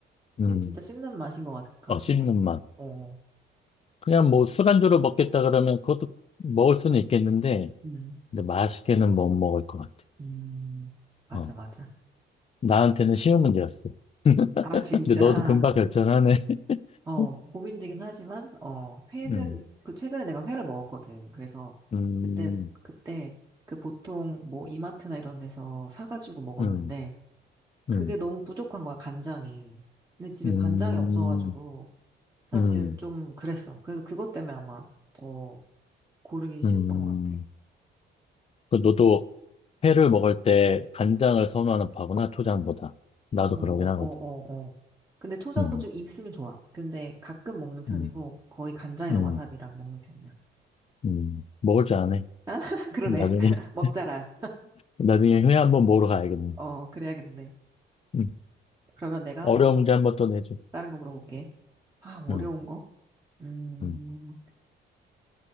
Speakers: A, on the right; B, on the left.
A: 씹,
B: 음,
A: 진짜 씹는 맛인 것 같, 같긴
B: 어, 씹는
A: 해.
B: 맛.
A: 어,
B: 그냥 뭐 술안주로 먹겠다 그러면 그것도 먹을 수는 있겠는데,
A: 음,
B: 근데 맛있게는 못 먹을 것 같아.
A: 음, 맞아,
B: 어,
A: 맞아.
B: 나한테는 쉬운 문제였어.
A: 아,
B: <laughs>
A: 진짜.
B: 근데 너도 금방 결정하네.
A: 어,
B: <laughs>
A: 고민되긴 하지만, 어, 회는,
B: 음,
A: 그, 최근에 내가 회를 먹었거든. 그래서,
B: 음,
A: 그때, 그때, 그 보통, 뭐, 이마트나 이런 데서 사가지고 먹었는데,
B: 음,
A: 그게
B: 음,
A: 너무 부족한 거야, 간장이. 근데 집에
B: 음,
A: 간장이 없어가지고, 사실
B: 음,
A: 좀 그랬어. 그래서 그것 때문에 아마 더 고르기 쉬웠던
B: 음.
A: 것 같아.
B: 그 너도 회를 먹을 때 간장을 선호하는 파구나, 초장보다. 나도
A: 어, 어,
B: 그러긴 하거든.
A: 어, 어. 근데 초장도
B: 음,
A: 좀 있으면 좋아. 근데 가끔 먹는 편이고,
B: 음,
A: 거의 간장이랑
B: 음,
A: 와사비랑 먹는 편이야.
B: 음. 먹을 줄 아네.
A: <laughs> 그러네.
B: 나중에, <laughs>
A: <laughs> 먹자라.
B: 나중에 회 한번 먹으러 가야겠네.
A: 어, 그래야겠네.
B: 음.
A: 그러면 내가
B: 어려운
A: 한번
B: 문제 한번 또 내줘.
A: 다른 거 물어볼게. 아, 어려운
B: 음,
A: 거? 음,
B: 음,